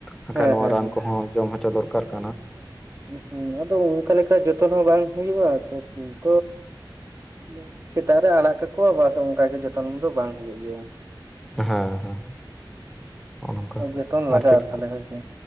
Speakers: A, in the centre; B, on the right (about 30°).
A: ᱢᱮᱱᱠᱷᱟᱱ
B: ᱦᱮᱸ
A: ᱱᱚᱣᱟ
B: ᱦᱮᱸ
A: ᱨᱟᱱ
B: ᱦᱮᱸ
A: ᱠᱚᱦᱚᱸ ᱡᱚᱢ ᱦᱚᱪᱚ ᱫᱚᱨᱠᱟᱨ ᱠᱟᱱᱟ ᱾
B: <unintelligible> ᱟᱫᱚ ᱚᱱᱠᱟ ᱞᱮᱠᱟ ᱡᱚᱛᱚᱱ ᱦᱚᱸ ᱵᱟᱝ ᱦᱩᱭᱩᱜᱼᱟ ᱛᱚ ᱪᱤᱱᱛᱟᱹ ᱫᱚ ᱥᱮᱛᱟᱜ ᱨᱮ ᱟᱲᱟᱜ ᱠᱟᱠᱚᱣᱟ ᱵᱟᱥ ᱚᱝᱠᱟ ᱜᱮ ᱡᱚᱛᱚᱱ ᱫᱚ ᱵᱟᱝ ᱦᱩᱭᱩᱜ ᱜᱮᱭᱟ ᱾
A: ᱦᱚᱸ ᱦᱚᱸ ᱦᱚᱸ ᱚᱱᱠᱟ
B: ᱡᱚᱛᱚᱱ
A: ᱟᱨ
B: ᱞᱟᱜᱟᱜᱼᱟ
A: ᱪᱮᱫ
B: ᱛᱟᱦᱚᱞᱮ
A: ᱠᱚ
B: ᱦᱳᱭᱥᱮ